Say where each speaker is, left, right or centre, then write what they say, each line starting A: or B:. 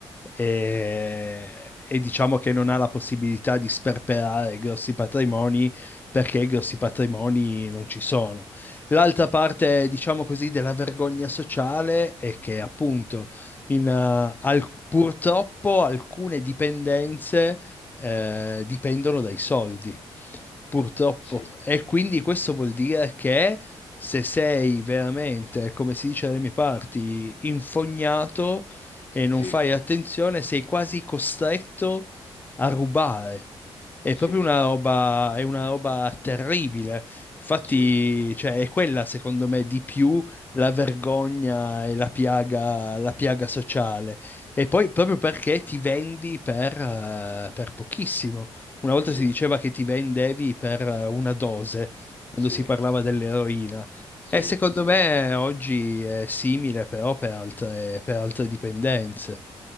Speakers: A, on the left (about 15°); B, on the left (about 70°).
A: e, e diciamo che non ha la possibilità di sperperare grossi patrimoni perché grossi patrimoni non ci sono. L'altra parte, diciamo così, della vergogna sociale è che appunto in, eh, al- purtroppo alcune dipendenze eh, dipendono dai soldi, purtroppo.
B: sì,
A: E quindi questo vuol dire che se sei veramente, come si dice dalle mie parti, infognato e non
B: sì,
A: fai attenzione, sei quasi costretto a rubare. È
B: sì,
A: proprio una roba, è una roba terribile. Infatti,
B: sì,
A: cioè, è quella, secondo me, di più la vergogna e la piaga, la piaga sociale. E poi proprio perché ti vendi per, eh, per pochissimo. Una volta
B: sì,
A: si diceva che ti vendevi per eh, una dose, quando
B: sì,
A: si parlava dell'eroina.
B: sì,
A: E secondo
B: sì.
A: me oggi è simile, però per altre, per altre dipendenze.